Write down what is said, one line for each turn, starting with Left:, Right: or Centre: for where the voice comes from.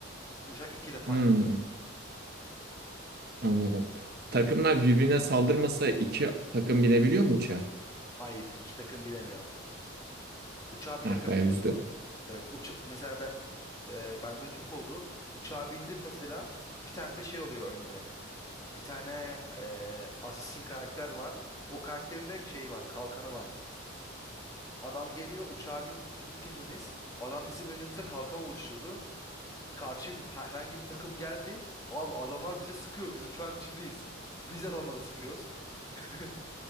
Left: Uçak iki defa
Right: Hmm.
Left: geliyor.
Right: Anladım.
Left: Bir,
Right: Takımlar birbirine saldırmasa iki takım binebiliyor mu uçağa?
Left: hayır iki takım bilemiyor. Uçağa bir
Right: Ah
Left: dakika
Right: be
Left: binebiliyor.
Right: üzdü.
Left: Evet uça mesela ben e, bende de çok oldu. Uçağa bindim mesela bir tane de şey oluyor önde. Bir tane e, assassin karakter var. O karakterin de şeyi var kalkanı var. Adam geliyor uçağa bindik, bindik hepimiz. Adam bizim önümüzde kalkan oluşturdu. Karşı bir- herhangi bir takım geldi. Abi adamlar bize sıkıyor. Biz uçağın içindeyiz. Biz adamlara sıkıyoruz. <laughs>